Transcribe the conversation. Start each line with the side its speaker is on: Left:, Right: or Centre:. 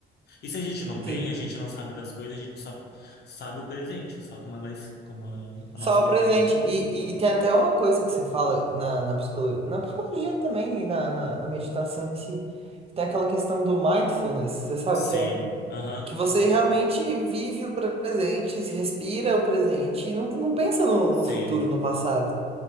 Left: E se a gente não tem,
Right: Sim.
Left: a gente não sabe das coisas, a gente só sabe o presente, só como elas, como a, a
Right: Só
Left: nossa
Right: o
Left: vivência.
Right: presente. E, e, e tem até uma coisa que você fala na, na psicologia, na psicologia também, e na, na, na meditação em si. Tem aquela questão do mindfulness, você sabe
Left: Sim,
Right: o que é?
Left: aham,
Right: Que você realmente vive o presente, respira o presente e não, não pensa no,
Left: sim,
Right: no futuro, no passado.